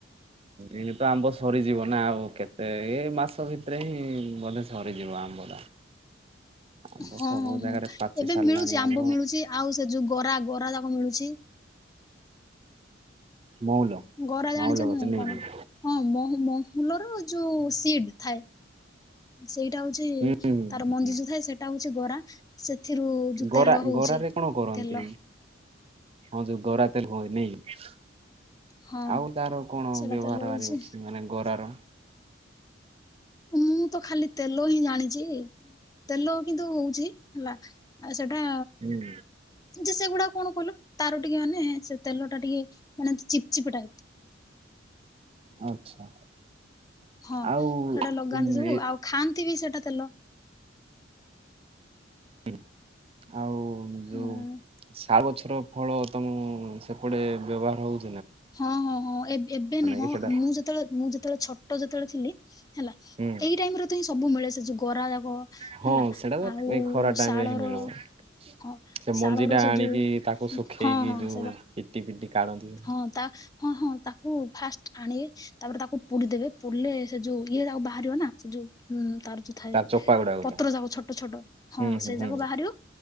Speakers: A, on the right (about 30°); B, on the left (about 20°).
A: ଏଣ ତ ଆମ୍ବ ସରିଯିବ ନା ଆଉ କେତେ ସେ ଏଇ ମାସ ଭିତରେ ହିଁ ବୋଧେ ସରିଯିବ ଆମ୍ବଟା। ଆମ ତ
B: ହଁ
A: ସବୁ
B: ହଁ
A: ଜାଗାରେ
B: ହଁ
A: ପାଚି
B: ଏବେ
A: ସାରିଲାଣି
B: ମିଳୁଛି
A: ଆମ
B: ଆମ୍ବ ମିଳୁଛି ଆଉ ସେ ଯୋଉ ଗରା ଗରା ଯାକ ମିଳୁଛି।
A: ମଉଲ
B: ଗରା ଜାଣିଛ
A: ମଉଲ
B: ନା
A: ଗଛ
B: ନାଇଁ
A: ନାଇକି?
B: କଣ? ହଁ ମ-ମହୁଲ ର ଯୋଉ ସିଡ ଥାଏ ସେଇଟା ହଉଛି
A: ହୁଁ
B: ତାର ମଞ୍ଜି ଯୋଉ ଥାଏ ସେଇଟା ହଉଛି ଗରା। ସେଥିରୁ ଜୋଉ
A: ଗରା
B: ତେଲ ହଉଛି
A: ଗରାରେ କଣ କରନ୍ତି
B: ତେଲ
A: ହଁ ଯୋଉ ଗରା ତେଲ ହୁଏ ନାଇ କି!
B: ହଁ
A: ଆଉ ତାର କଣ
B: ସେଟା
A: ବ୍ୟବହାର
B: ତେଲ ହଉଛି
A: ହାରି ଅଛି ମାନେ ଗରାର?
B: ମୁଁ ତ ଖାଲି ତେଲ ହିଁ ଜାଣି ଯେ ତେଲ କିନ୍ତୁ ହଉଛି ହେଲା ଆ ସେଟା
A: ହୁଁ
B: ଯେ ସେଗୁଡାକ କଣ କହିଲୁ ତାର ଟିକେ ମାନେ ସେ ତେଲ ଟା ଟିକେ ମାନେ ଚିପ ଚିପ୍ ଟାଇପ
A: ଆଚ୍ଛା।
B: ହଁ
A: ଆଉ
B: ସେଟା ଲଗାନ୍ତି ସବୁ
A: ଏ
B: ଆଉ ଖାଆନ୍ତି ବି ସେଟା ତେଲ।
A: ଆଉ ଯୋଉ
B: ହଁ
A: ସା ଗଛର ଫଳ ତମ ସେପଟେ ବ୍ୟବହାର ହଉ
B: ହଁ ହଁ ହଁ ଏବ-ଏବେ ନୁହଁ
A: କି ସେଟା?
B: ଆ ମୁଁ ଯେତେବେଳେ ମୁଁ ଯେତେବେଳେ ଛୋଟ ଯେତେବେଳେ ଥିଲି ହେଲା
A: ହୁଁ
B: ଏଇ ଟାଇମରେ ତ ହିଁ ସବୁ ମିଳେ ସେ ଯୋଉ ଗରା ଯାକ
A: ହଁ
B: ହେଲା
A: ସେଇଟା ତ
B: ଆଉ
A: ଏଇ ଖରା ଟାଇମ
B: ଶାଳର
A: ରେ ହିଁ ମିଳିବ।
B: ହଁ
A: ସେ ମଞ୍ଜି
B: ଶାଳର
A: ଟା
B: ସେ
A: ଆଣିକି
B: ଯୋଉ
A: ତାକୁ ଶୁଖେଇକି
B: ହଁ ହଁ
A: ଯୋଉ
B: ସେଇଟା
A: ପିଟି ପିଟି କାଢନ୍ତି।
B: ହଁ ତା ହଁ ହଁ ତାକୁ ଫାଷ୍ଟ ଆଣବେ ତାପରେ ତାକୁ ପୁଡିଦେବେ ପୁଡିଲେ ସେ ଯୋଉ ଇଏ ତାକୁ ବାହାରିବ ନା ସେ ଯୋଉଁ ତାର ଯୋ ଥାଏ
A: ଚୋପା ଗୁଡାକ
B: ପତ୍ର ଯାକ ଛୋଟ ଛୋଟ ହଁ
A: ହୁଁ ହୁଁ
B: ସେ
A: ହୁଁ
B: ଯାକ ବାହାରିବ